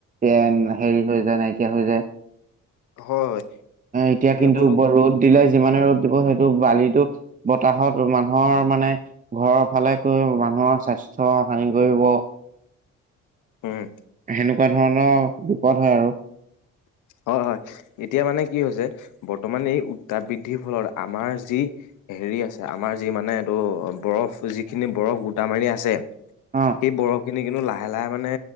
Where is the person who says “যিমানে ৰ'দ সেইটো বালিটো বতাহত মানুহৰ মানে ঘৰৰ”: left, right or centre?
Right